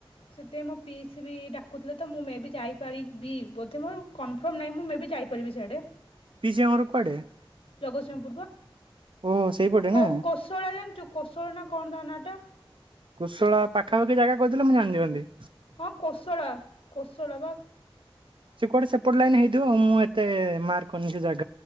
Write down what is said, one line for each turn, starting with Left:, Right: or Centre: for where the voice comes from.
Left: ସେଥିପାଇଁ ମୋ ପିଇସୀ ବି ଡାକୁଥିଲେ ତ ମୁଁ ମେ ବି ଯାଇପାରି ବି <unintelligible> କନଫର୍ମ ନାଇଁ ମୁଁ ମେ ବି ଯାଇପାରିବି ସିଆଡେ,
Right: ପିଇସି ଆମର କୁଆଡେ?
Left: ଜଗତସିଂହପୁର ବା
Right: ଓହୋ ସେଇପଟେ ନା
Left: କ କୋଶଳା ଜାଣିଛୁ କୋଶଳା ନା କଣ ତା ନା ଟା
Right: କୁଶଳା ପାଖାପାଖି ଜାଗା କହିଥିଲେ ମୁଁ ଜାଣିନିଅନ୍ତି,
Left: ହଁ କୋଶଳା କୋଶଳା ବା
Right: ସେ କୁଆଡେ ସେପଟ ଲାଇନ ମୁଁ ଏତେ ମାର୍କ କରିନି ସେ ଯାଗା